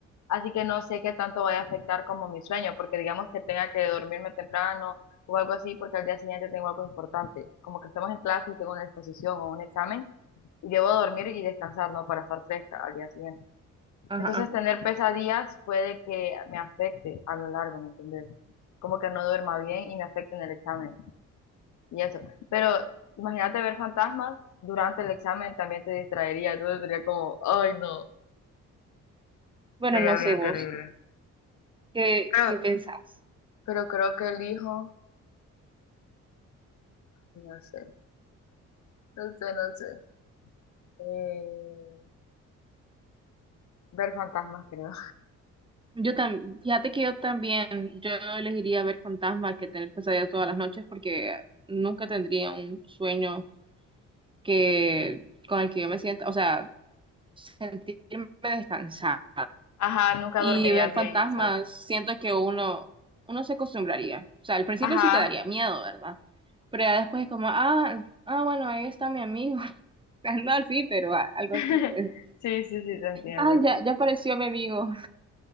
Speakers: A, on the left; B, on the right.
A: Así que no sé qué tanto vaya a afectar como mi sueño, porque digamos que tenga que dormirme temprano o algo así, porque al día siguiente tengo algo importante. Como que estamos en clase y tengo una exposición o un examen y debo dormir y descansar, ¿no? Para estar fresca al día siguiente.
B: ajá.
A: Entonces,
B: ajá.
A: tener pesadillas puede que me afecte a lo largo, ¿me entiendes? Como que no duerma bien y me afecte en el examen y eso. Pero imagínate ver fantasmas durante el examen también te distraería, entonces sería como, ay no,
B: Bueno,
A: sería
B: no sé
A: bien
B: vos,
A: terrible.
B: ¿qué,
A: Pero,
B: qué pensás?
A: pero creo que elijo, no sé, no sé, no sé, eh, ver fantasmas creo.
B: Yo también, fíjate que yo también, yo elegiría ver fantasmas que tener pesadillas todas las noches porque nunca tendría un sueño que con el que yo me sienta, o sea, sentirme descansada.
A: Ajá, nunca
B: Y
A: dormiría
B: ver
A: bien,
B: fantasmas,
A: exacto.
B: siento que uno, uno se acostumbraría. O sea, al principio
A: Ajá,
B: sí te daría miedo, ¿verdad? Pero ya después es como, ah, ah, bueno, ahí está mi amigo. <laughs> No, sí, pero a-
A: <laughs>
B: algo
A: sí,
B: así, pues.
A: sí, sí, te entiendo.
B: Ah, ya, ya apareció mi amigo.